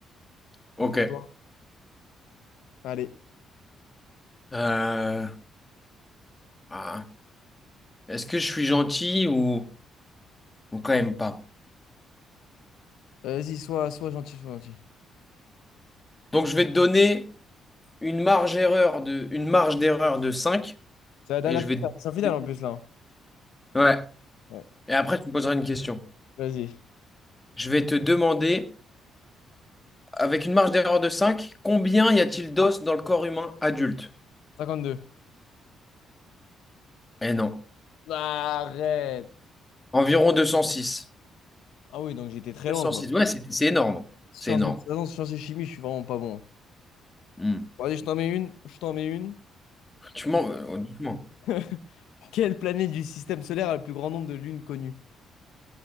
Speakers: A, on the left (about 15°); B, on the left (about 85°).
A: ok.
B: Donc, à toi. Allez.
A: Euh, ah. Est-ce que je suis gentil ou, ou quand même pas?
B: Vas-y, sois, sois gentil, sois gentil.
A: Donc je vais te donner une marge erreur de, une marge d'erreur de 5.
B: C'est la dernière
A: Et je vais
B: question. C'est en finale
A: te...
B: en plus, là. hein.
A: Ouais.
B: Ouais.
A: Et après, tu me poseras une question.
B: Vas-y.
A: Je vais te demander, avec une marge d'erreur de 5, combien y a-t-il d'os dans le corps humain adulte?
B: cinquante deux.
A: Eh non.
B: Arrête.
A: Environ 206.
B: Ah oui, donc j'étais très
A: 206,
B: loin, quoi.
A: ouais, c'est c'est énorme.
B: Sciences
A: C'est énorme.
B: de toute façon, sciences et chimie, je suis vraiment pas bon.
A: Hmm.
B: Bon, allez, je t'en mets une. Je t'en mets une.
A: Tu mens, euh, honnêtement.
B: <laughs> Quelle planète du système solaire a le plus grand nombre de lunes connues?